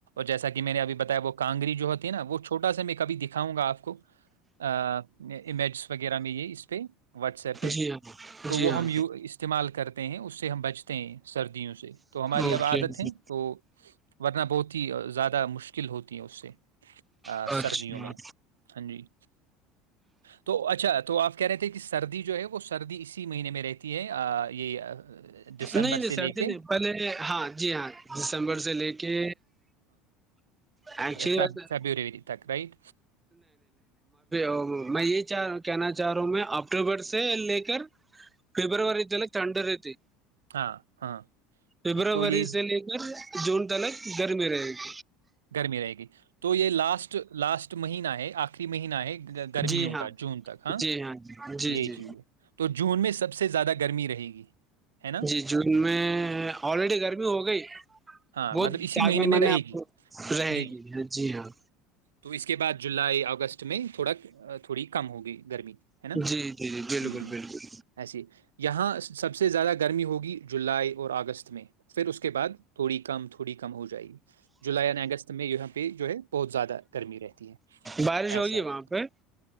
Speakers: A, on the right; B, on the right.
A: جیسا کہ میں نے اب بتایا وہ کانگری جو ہوتی نا وہ چوٹا میں کب دکھاؤ گا آپ کو امیج وغیرہ میں یہ اس پہ واٹس ایپ پہ
B: جی ہاں
A: تو
B: جی
A: وہ
B: ہاں
A: ہم ی استعمال کرتے ہیں اس سے ہم بچتے ہیں سردیوں سے تو ہماری
B: اوکے
A: اب عادت
B: اوکے
A: ہے تو ورننا بہت زیادہ مشکل ہوتی ہیں اس سے
B: اچھا
A: سردیوں میں ہاں جی تو اچھا تو آپ کہہ رہے تھے کہ سردی جو ہے وہ سردی اسی مہینے میں رہتی ہے یہ دسمبر
B: نہیں نہیں
A: سے لے
B: سر جی
A: کے
B: نہیں پہلے ہاں جی ہاں دسمبر سے لے کے ایکچولی
A: ف فیبری تک رٹ
B: تو میں یہ کہنا چاہ رہا ہوں میں اکٹوبر سے لے کر فبروری تلک ٹھنڈ رہتی
A: ہاں ہاں
B: فبروری
A: ٹھیک تو یہ
B: سے لے کر جون تلک گرمی رہے ج
A: گرمی رہے گی تو یہ لاسٹ لاسٹ مہینہ ہے آخر مہین ہے گرمیوں
B: جی ہاں
A: کا جون تک ہاں
B: جی جی جی
A: یہی
B: جی
A: چیز ہے تو جون میں سب سے زیادہ گرمی رہے گی ہے نا
B: جی جون میں آلریڈی گرمی ہو گئی
A: ہاں
B: بہت
A: مطلب اسی
B: داگ
A: مہینے
B: میں
A: رہے
B: م آپ
A: گی
B: رہے
A: جی
B: گی جی ہاں
A: تو اس کے بعد جولائی اگستٹ میں تھوڑا تھوڑی کم ہوگئی گرمی ہے نا
B: جی جی جی بالکل
A: ہوں
B: بالکل
A: ایسی یہاں سب سے زیادہ گرمی ہوگی جولائی اور اگست میں پھر اس کے بعد کم تھوڑی کم ہو جائے گی جولائی اور اگست میں یہاں پہ جو ہے بہت زیادہ گرمی رہتی ہے
B: بارش
A: ایسا
B: ہوگی وہاں
A: ہے
B: پہ